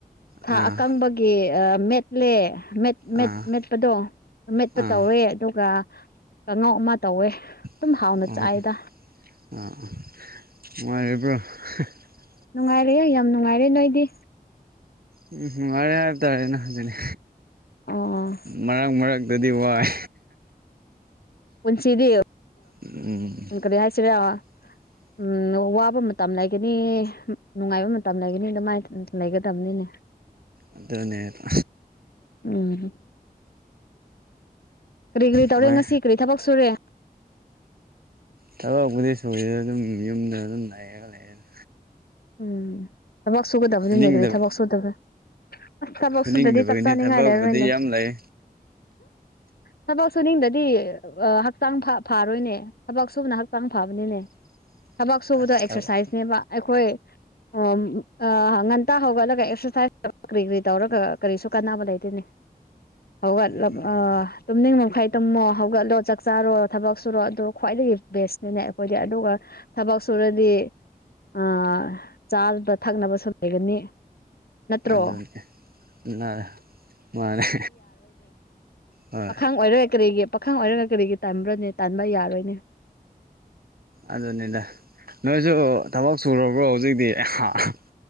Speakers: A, on the left; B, on the right.
A: ꯁꯥ
B: ꯑꯥ
A: ꯑꯀꯪꯕꯒꯤ ꯃꯦꯠꯂꯦ꯫ ꯃꯦꯠ ꯃꯦꯠ
B: ꯑꯥ
A: ꯃꯦꯠꯄꯗꯣ ꯃꯦꯠꯄ
B: ꯑꯥ
A: ꯇꯧꯋꯦ ꯑꯗꯨꯒ ꯀꯥꯡꯉꯧ ꯑꯃ ꯇꯧꯋꯦ꯫ ꯑꯗꯨꯝ
B: ꯑꯥ
A: ꯍꯥꯎꯅ ꯆꯥꯏꯗ
B: ꯑꯥ ꯑꯥ ꯑꯥ ꯅꯨꯡꯉꯥꯏꯔꯤꯕ꯭ꯔꯣ꯫
A: ꯅꯨꯡꯉꯥꯏꯔꯤꯌꯦ ꯌꯥꯝ ꯅꯨꯡꯉꯥꯏꯔꯦ ꯅꯣꯏꯗꯤ꯫
B: ꯎꯝ ꯅꯨꯡꯉꯥꯏꯔꯦ ꯍꯥꯏꯕ ꯇꯥꯔꯦꯅ ꯑꯗꯨꯅꯤ
A: ꯑꯣ
B: ꯃꯔꯥꯡ ꯃꯔꯥꯛ ꯗꯗꯤ ꯋꯥꯏ
A: ꯄꯨꯟꯁꯤꯗꯤ
B: ꯎꯝ
A: ꯀꯔꯤ ꯍꯥꯏꯁꯤꯔꯥ
B: <inaudible>
A: ꯎꯝ ꯋꯥꯕ ꯃꯇꯝ ꯂꯩꯒꯅꯤ ꯅꯨꯡꯉꯥꯏꯕ ꯃꯇꯝ ꯂꯩꯒꯅꯤ ꯑꯗꯨꯃꯥꯏꯅ ꯂꯩꯒꯗꯕꯅꯤꯅꯦ꯫
B: ꯑꯗꯨꯅꯦꯕ꯫
A: ꯑ꯫ ꯀꯔꯤ-ꯀꯔꯤ ꯇꯧꯔꯦ
B: ꯀꯃꯥꯏ
A: ꯉꯁꯤ ꯀꯔꯤ ꯊꯕꯛ ꯁꯨꯔꯦ꯫
B: ꯊꯕꯛꯕꯨꯨꯗꯤ ꯁꯨꯗꯦꯅ ꯑꯗꯨꯝ ꯌꯨꯝꯗ ꯑꯗꯨꯝ ꯂꯩꯥꯔꯒ ꯂꯩꯔꯦꯗ꯫
A: ꯎꯝ ꯊꯕꯛ ꯁꯨꯒꯗꯕꯅꯤꯅꯦ
B: ꯁꯨꯅꯤꯡꯗꯕ
A: ꯀꯔꯤ ꯊꯕꯛ ꯁꯨꯗꯕ꯭ꯔꯥ꯫ ꯑꯁ ꯊꯕꯛ
B: ꯁꯨꯅꯤꯡꯗꯕꯒꯤꯅꯤ
A: ꯁꯨꯗꯗꯤ ꯆꯥꯛ ꯆꯥꯅꯤꯡꯉꯥꯏ
B: ꯊꯕꯛꯄꯨꯗꯤ
A: ꯂꯩꯔꯣꯏꯅꯦ꯫
B: ꯌꯥꯝ ꯂꯩ
A: ꯊꯕꯛ ꯁꯨꯅꯤꯡꯗꯗꯤ ꯍꯛꯆꯥꯡ ꯐꯥꯔꯣꯏꯅꯦ ꯊꯕꯛ ꯁꯨꯕꯅ ꯍꯛꯆꯥꯡ ꯐꯕꯅꯤꯅꯦ꯫
B: <unintelligible>
A: ꯊꯕꯛ ꯁꯨꯕꯗꯣ
B: ꯑꯁ
A: ꯑꯦꯛꯁꯔꯁꯥꯏꯁꯅꯦꯕ
B: ꯊꯕꯛ
A: ꯑꯩꯈꯣꯏ ꯑꯣꯝ ꯑ ꯉꯟꯇꯥ ꯍꯧꯒꯠꯂꯒ ꯑꯦꯛꯁꯔꯁꯥꯏꯁ ꯀꯔꯤ-ꯀꯔꯤ ꯇꯧꯔꯒ ꯀꯔꯤꯁꯨ ꯀꯥꯟꯅꯕ ꯂꯩꯇꯦꯅꯦ꯫ ꯍꯧꯒꯠꯂ
B: ꯎꯝ
A: ꯑ ꯇꯨꯝꯅꯤꯡ ꯃꯈꯥꯏ ꯇꯨꯝꯃꯣ ꯍꯧꯒꯠꯂꯣ ꯆꯥꯛ ꯆꯥꯔꯣ ꯊꯕꯛ ꯁꯨꯔꯣ ꯑꯗꯨꯣ ꯈ꯭ꯋꯥꯏꯗꯒꯤ ꯕꯦꯁꯅꯤꯅꯦ ꯑꯩꯈꯣꯏꯗꯤ ꯑꯗꯨꯒ ꯊꯕꯛꯁꯨ ꯁꯨꯔꯗꯤ ꯑ ꯆꯥꯕ ꯊꯛꯅꯕꯁꯨ ꯂꯩꯒꯅꯤ꯫ ꯅꯠꯇ꯭ꯔꯣ
B: ꯑꯗꯨꯅꯦ ꯅ ꯑ ꯃꯥꯅꯦ꯫ ꯍꯣꯏ
A: ꯄꯥꯈꯥꯡ ꯑꯣꯏꯔꯒ ꯀꯔꯤꯒꯤ ꯄꯥꯈꯪ ꯑꯣꯏꯔꯒ ꯀꯔꯤꯒꯤ ꯇꯥꯟꯕ꯭ꯔꯣꯅꯦ ꯇꯥꯟꯕ ꯌꯥꯔꯣꯏꯅꯦ꯫
B: ꯑꯗꯨꯅꯤꯅꯦ ꯅꯣꯏꯁꯨ ꯊꯕꯛ ꯁꯨꯔꯕ꯭ꯔꯣ ꯍꯧꯖꯤꯛꯗꯤ ꯑꯍ ꯍ꯫